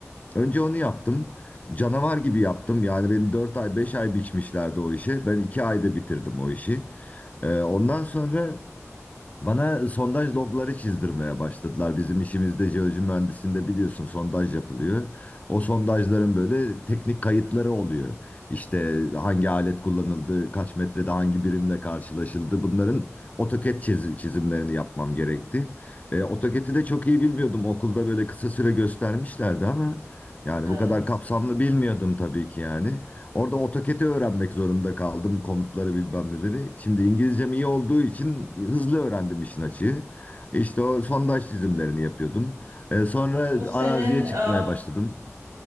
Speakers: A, on the left; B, on the right.
A: Önce onu yaptım. Canavar gibi yaptım. Yani benim 4 ay 5 ay biçmişlerdi o işi. Ben 2 ayda bitirdim o işi. Ee, ondan sonra bana sondaj logları çizdirmeye başladılar. Bizim işimizde jeoloji mühendisliğinde biliyorsun sondaj yapılıyor. O sondajların böyle teknik kayıtları oluyor. İşte hangi alet kullanıldı, kaç metrede hangi birimle karşılaşıldı. Bunların AutoCAD çiz- çizimlerini yapmam gerekti. E, AutoCAD'i de çok iyi bilmiyordum. Okulda böyle kısa süre göstermişlerdi ama yani
B: Evet.
A: bu kadar kapsamlı bilmiyordum tabii ki yani. Orada AutoCAD'i öğrenmek zorunda kaldım. Komutları bilmem neleri. Şimdi İngilizcem iyi olduğu için hızlı öğrendim işin açığı. İşte o sondaj çizimlerini yapıyordum. E, sonra
B: Bu senin
A: araziye
B: e,
A: çıkmaya başladım.